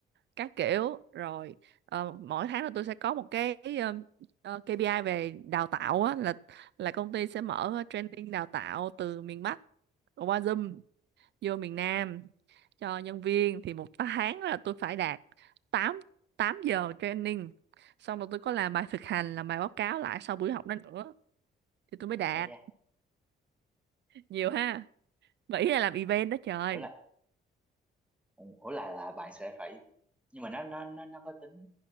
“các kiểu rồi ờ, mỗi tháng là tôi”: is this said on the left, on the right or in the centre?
Right